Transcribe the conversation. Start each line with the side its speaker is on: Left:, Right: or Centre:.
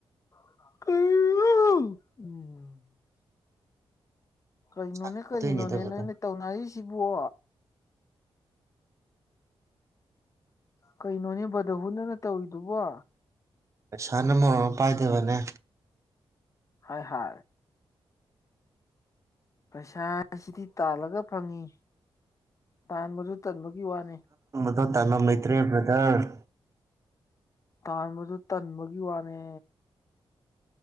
Left: ꯎ ꯎꯝ ꯀꯅꯣꯅꯦ
Right: ꯁꯥꯎꯗꯣꯏꯅꯤꯗ
Left: ꯀꯅꯣꯅꯦ
Right: ꯕ꯭ꯔꯗꯔ
Left: ꯅꯣꯏꯅ ꯇꯧꯅꯔꯤꯁꯤ ꯁꯤꯕꯣ ꯀꯩꯅꯣꯅꯦ ꯕꯗ ꯍꯨꯟꯅꯅ ꯇꯧꯔꯤꯗꯨꯕꯣ
Right: ꯄꯩꯁꯥꯅ ꯃꯔꯝ ꯑꯃ ꯄꯥꯏꯗꯕꯅꯦ
Left: ꯍ ꯍ ꯄꯩꯁꯥꯁꯤꯗꯤ ꯇꯥꯜꯂꯒ ꯐꯪꯉꯤ ꯇꯥꯟꯕꯗꯨ ꯇꯟꯕꯒꯤ ꯋꯥꯅꯤ
Right: ꯑꯗꯣ ꯇꯥꯃꯝ ꯂꯩꯇ꯭ꯔꯦ ꯕ꯭ꯔꯗꯔ
Left: ꯇꯥꯟꯕꯗꯨ ꯇꯟꯕꯒꯤ ꯋꯥꯅꯦ